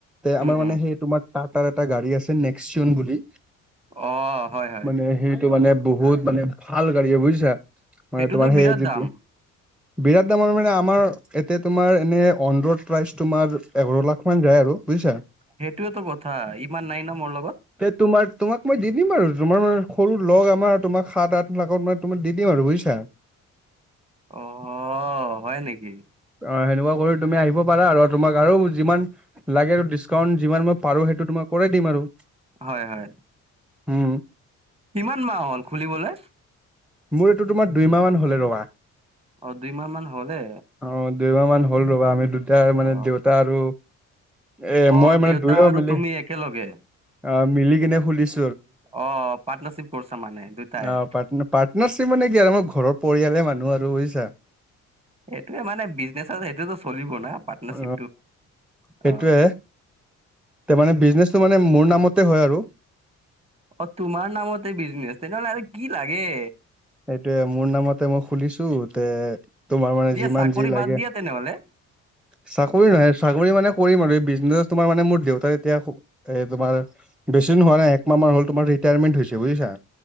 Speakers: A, in the centre; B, on the right.
A: তে আমাৰ
B: উম
A: মানে
B: উম
A: সেই তোমাৰ টাটাৰ এটা গাড়ী আছে নেক্সচিউন বুলি,
B: অ হয় হয়
A: মানে সেই টো মানে বহুত মানে ভাল গাড়ী বুজিছা? মানে
B: সেইটোতো
A: তোমাৰ সেই
B: বিৰাট দাম
A: বিৰাট দামৰ মানে আমাৰ এতে তোমাৰ এনে অন ৰোড প্ৰাইচ তোমাৰ এঘৰ লাখ মান যায় আৰু বুইছা?
B: সেইটোয়েটো কথা, ইমান নাই ন মোৰ লগত।
A: তে তোমাৰ তোমাক মই দি দিম আৰু তোমাৰ মানে সৰু লগ আমাৰ তোমাক সাত-আঠ লাখত মই তোমাক দি দিম আৰু বুজিছা?
B: অহ, হয় নেকি?
A: অ সেনেকুৱা কৰি তুমি আহিব পাৰা আৰু। তোমাক আৰু যিমান লাগে ডিছ কাউন্ট যিমান মই পাৰো সেইটো তোমাক কৰাই দিম আৰু।
B: হয় হয়।
A: উম।
B: কিমান মাহ হল, খুলিবলে?
A: মোৰ এইটো তোমাৰ দুইমাহ মান হ'লে ৰবা।
B: অ, দুই মাহ মান হলে।
A: অ, দুইমাহ মান হ'ল ৰ'বা আমি দু টাৰ মানে
B: অ
A: দেউতা আৰু এ
B: অ
A: মই মানে
B: দেউতা
A: দুয়ও
B: আৰু
A: মিলি
B: তুমি একেলগে
A: অ, মিলি কিনে খুলিছ
B: অ, পাৰ্টনাৰশ্বিপ কৰ্ছ মানে দুটাই?
A: অ পাৰ্ট পাৰ্টনাৰশ্বিপ মানে কি আৰু মই ঘৰৰ পৰিয়ালে মানুহ আৰু, বুইছা?
B: সেইটোৱে মানে বিজনেচত সেইটোতো চলিব না পাৰ্টনাৰশ্বিপটো,
A: অ সেইটোয়ে
B: অ
A: তে মানে বিজনেচটো মানে মোৰ নামতে হয় আৰু।
B: অ, তোমাৰ নামতে বিজনেচ তেনেহলে আৰু কি লাগে!
A: সেইটোৱে মোৰ নামতে মই খুলিছো তে তোমাৰ মানে
B: দিয়া
A: যিমান
B: চাকৰি
A: যি লাগে
B: বাদ দিয়া তেনেহ'লে
A: চাকৰি নহয় চাকৰি মানে কৰিম আৰু বিজনেছ তোমাৰ মানে মোৰ দেউতাৰ এতিয়া এ তোমাৰ বেছি দিন হোৱা নাই একমাহ মান হল তোমাৰ ৰিটায়াৰমেণ্ট হৈছে, বুজিছা?